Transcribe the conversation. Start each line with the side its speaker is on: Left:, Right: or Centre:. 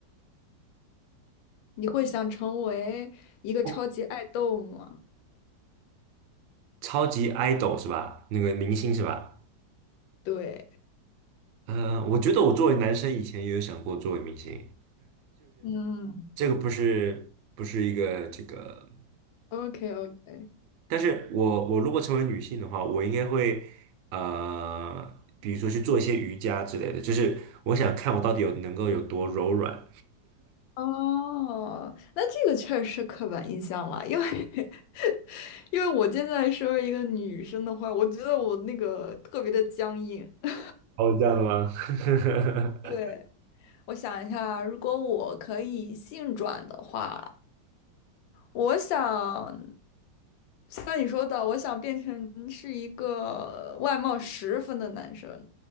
Left: 你会想成为一个超级爱豆吗？
Right: 哦超级 idol 是吧？那个明星是吧？
Left: 对
Right: 呃，我觉得我作为男生以前也有想过作为明星。
Left: 嗯，
Right: 这个不是不是一个这个，
Left: ，OK OK，
Right: 但是我我如果成为女性的话，我应该会呃，比如说去做一些瑜伽之类的，就是我想看我到底有能够有多柔软。
Left: 哦，那这个确实是刻板印象了，因为 <laughs> 因为我现在身为一个女生的话，我觉得我那个特别的僵硬。<laughs>
Right: 哦，这样的吗？<laughs>
Left: 对，我想一下，如果我可以性转的话，我想像你说的，我想变成是一个外貌十分的男生，